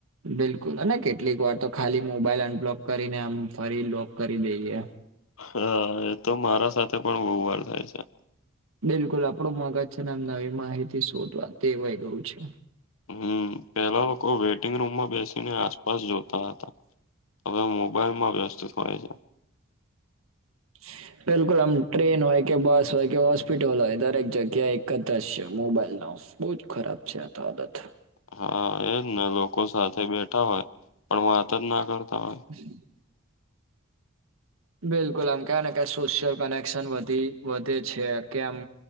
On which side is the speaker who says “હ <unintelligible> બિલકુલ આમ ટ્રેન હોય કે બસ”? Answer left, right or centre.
Right